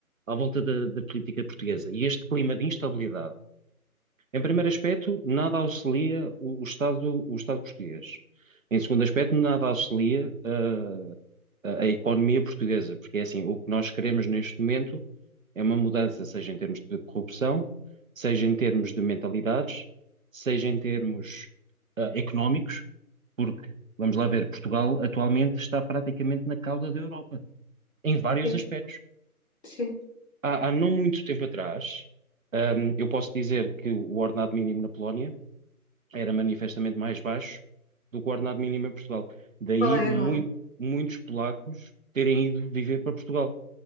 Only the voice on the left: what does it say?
sim,
sim.
Qual é
agora?